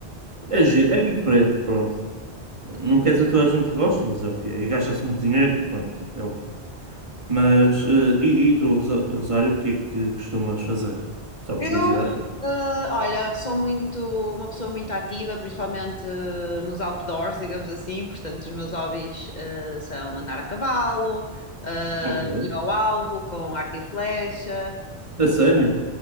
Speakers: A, on the left; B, on the right.
A: de,
B: é, gi-
A: de-
B: é diferente, pronto. Não quer dizer que toda a gente gosta, mas é o que é. E gasta-se muito dinheiro, pronto, é o que é. Mas, eh, e, e tu, Rosa- Rosário, o que é que costumas fazer? Só por
A: Eu,
B: curiosidade.
A: eh, olha, sou muito, uma pessoa muito ativa, principalmente eh, nos outdoors, digamos assim. Portanto, os meus hobbies eh, são andar a cavalo, eh,
B: Ok.
A: ir ao alvo com arco e flecha.
B: A sério?